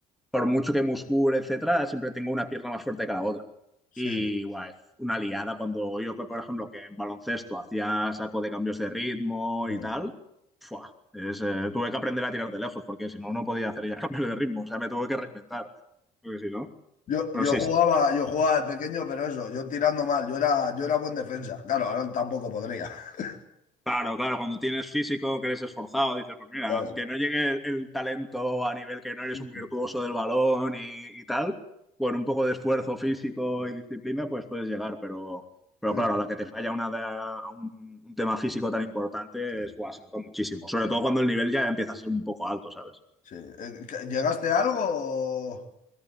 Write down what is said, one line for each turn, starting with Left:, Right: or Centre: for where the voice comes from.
Centre: por mucho que muscule, etcétera, siempre tengo una pierna más fuerte que la otra.
Left: sí.
Centre: Y guau, es una liada cuando yo, que, por ejemplo, que en baloncesto hacía saco de cambios de ritmo
Left: Mm.
Centre: y tal, ¡fua! Es, eh, tuve que aprender a tirar de lejos porque si no, no podía hacer ya <laughs> cambios de ritmo, o sea, me tuve que reinventar, porque si no.
Left: Yo,
Centre: Pero
Left: yo
Centre: sí,
Left: jugaba, yo jugaba de pequeño, pero eso, yo tirando mal, yo era, yo era buen defensa. Claro, ahora tampoco podría. <laughs>
Centre: Claro, claro, cuando tienes físico, que eres esforzado, dices, pues mira,
Left: Eso.
Centre: que no llegue el talento a nivel que no eres
Left: Sí,
Centre: un virtuoso del balón y, y tal, con un poco de esfuerzo físico y disciplina, pues puedes llegar, pero, pero
Left: sí,
Centre: claro, a la que te falla una da- un, un tema físico tan importante
Left: sí.
Centre: es, guau, se nota muchísimo, sobre todo cuando el nivel ya empieza a ser un poco alto, ¿sabes?
Left: Sí. Eh, ¿que- ¿Llegaste a algo? o-